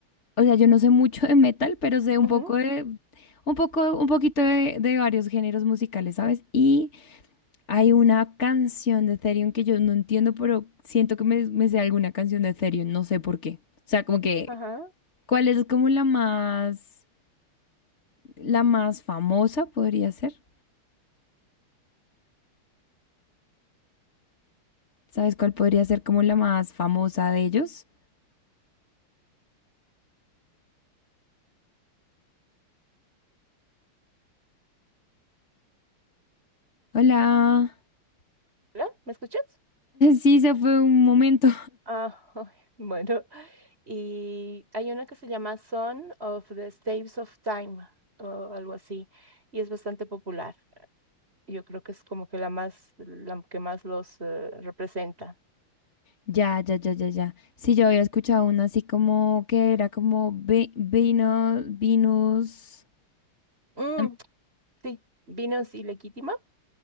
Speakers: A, on the left; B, on the right.
A: O sea, yo no sé mucho de metal, pero sé un
B: Ujú,
A: poco de, un poco, un poquito de, de varios géneros musicales, ¿sabes? Y hay una canción de Ethereum que yo no entiendo, pero siento que me, me sé alguna canción de Ethereum, no sé por qué. O sea, como que,
B: ajá.
A: ¿cuál es como la más, la más famosa podría ser? ¿Sabes cuál podría ser como la más famosa de ellos? Hola. <laughs>
B: ¿Hola? ¿Me escuchas?
A: Sí, se fue un momento.
B: Ah, <laughs> bueno. Y hay una que se llama Son of the Staves of Time o algo así, y es bastante popular. Yo creo que es como que la más, la que más los eh, representa.
A: Ya, ya, ya, ya, ya. Sí, yo había escuchado uno así como que era como vi- vino, Venus.
B: Mm,
A: em,
B: sí, Vinos y Legítima.